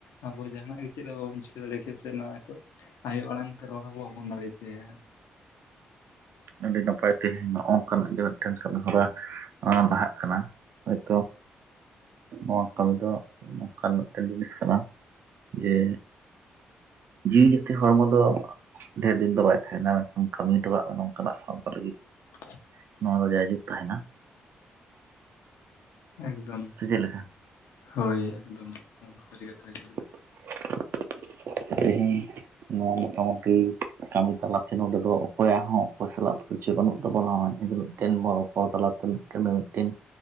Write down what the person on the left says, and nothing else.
ᱟᱵᱚ ᱡᱟᱦᱟᱱᱟᱜ ᱜᱮ ᱪᱮᱫ ᱦᱚᱸ ᱵᱟᱵᱟᱱ ᱪᱤᱠᱟ ᱫᱟᱲᱮᱭᱟᱜᱠᱮ ᱥᱮ ᱱᱚᱣᱟ ᱦᱤᱛᱚᱜ ᱟᱭᱚ ᱚᱲᱟᱝ ᱛᱮ ᱨᱚᱲᱦᱚᱸ ᱵᱚᱵᱚᱱ ᱫᱟᱲᱮ ᱠᱮᱭᱟ᱾
<unintelligible>
ᱮᱠᱫᱚᱢ᱾
ᱦᱳᱭ ᱮᱠᱫᱚᱢ ᱱᱚᱣᱟᱫᱚ ᱥᱟᱹᱨᱤ ᱠᱟᱛᱷᱟ ᱜᱮ ᱮᱠ